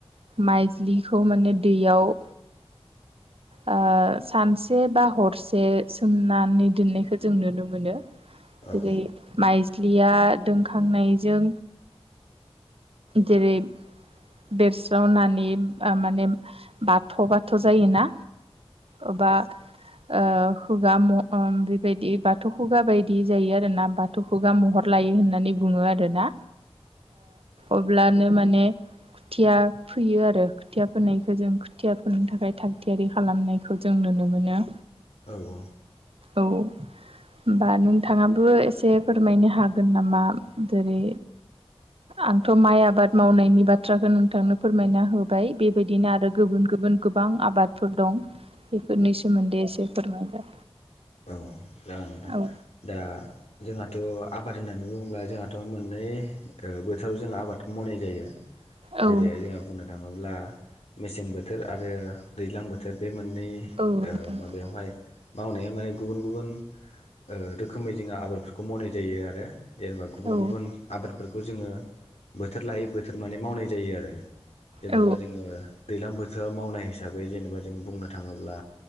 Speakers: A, on the right; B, on the left.
A: माइज्लिखौ माने दैयाव।
B: <inaudible>
A: ओ सानसे बा हरसे सोमनानै दिननायखौ जों नुनो मोनो।
B: औ
A: जेरै माइज्लिया दोनखांनायजों जेरै बेसि जावनानै माने बाथ' बाथ' जायोना अबबा ओ खुगा मह बेबायदि बाथौ खुगा बायदि जायो आरोना बाथौ खुगा महर लायो होननानै बुङो आरोना। अब्लानो माने खुथिया फैयो आरो खोथिया फोननायखौ जों खुथियाफोरनि थाखाय थाग थियारि खालामनायखौ जों नुनो मोनो।
B: औ औ
A: औ होमबा नोंथाङाबो एसे फोरमायनो हागोन नामा? जेरै आंथ' माइ आबाद मावनायनि बाथ्राखौ नोंथांनो फोरमायना होबाय बेबायदिनो आरो गुबुन गुबुन गोबां आबादफोर दं बेफोरनि सोमोन्दै एसे फोरमायबाय।
B: औ जागोन नोंथां
A: औ
B: दा जोंहाथ' आबाद होननानै बुङोब्ला जोंहाथ' मोननै ओ बोथोराव जों आबादखौ मावनाय जायो
A: औ
B: जेरैहाय जोंहा बुंनो थाङोब्ला मेसें बोथोर आरो दैज्लां बोथोर बे मोन नै
A: औ नोंथां
B: ओ माबायावहाय मावनाया माने गुबुन गुबुन ओ रोखोमै जोङो आबादफोरखौ मावनाय जायो आरो, जेनेबा गुबुन
A: औ
B: गुबुन आबाद खौ जोङो बोथोर लायो बोथोर माने मावनाय जायो आरो जेन'बा
A: औ
B: जोङो दैज्लां बोथोराव मावनाय हिसाबै जेनेबा जों बुंनो थाङोब्ला